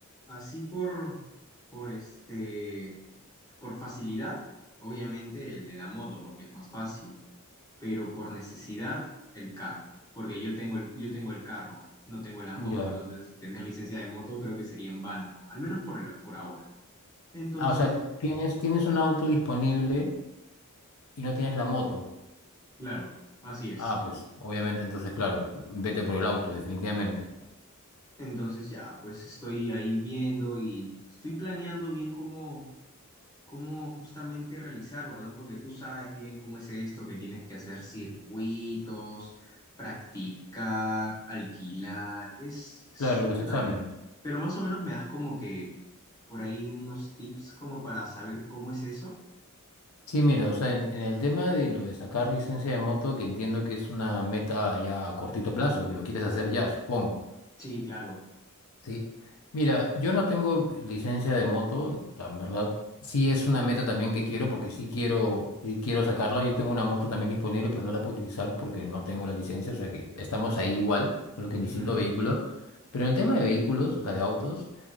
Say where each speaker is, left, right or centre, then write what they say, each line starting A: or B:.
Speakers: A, on the left; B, on the left.
A: así por, por este, por facilidad, obviamente el de la moto, porque es más fácil. pero por necesidad el carro, porque yo tengo el, yo tengo el carro, no tengo la moto,
B: Bueno,
A: entonces
B: Ya.
A: tener licencia de moto creo que sería en vano, ¿no? Al menos por, el- por ahora. Entonces,
B: Ah, o sea, tienes, tienes un auto disponible y no tienes la moto.
A: claro, así es.
B: Ah, pues, obviamente, entonces, claro, vete por el auto, definitivamente.
A: Entonces ya, pues estoy ahí viendo y estoy planeando bien cómo, cómo justamente realizarlo, ¿no? Porque tú sabes bien cómo es esto, que tienes que hacer circuitos, practicar, alquilar, es, es
B: Claro,
A: una
B: los exámenes.
A: vaina. Pero más o menos me das como que por ahí unos tips como para saber cómo es eso.
B: Sí, mira, o sea, en, en el tema de lo de sacar licencia de moto, que entiendo que es una meta ya a cortito plazo, que lo quieres hacer ya, supongo,
A: Sí, claro.
B: ¿sí? Mira, yo no tengo licencia de moto, la verdad, sí es una meta también que quiero, porque sí quiero, sí quiero sacarla. Yo tengo una moto también disponible, pero no la puedo utilizar porque no tengo la licencia, o sea que estamos ahí igual, solo que
A: Ujú.
B: en distinto vehículo. Pero en el tema de vehículos, o sea, de autos.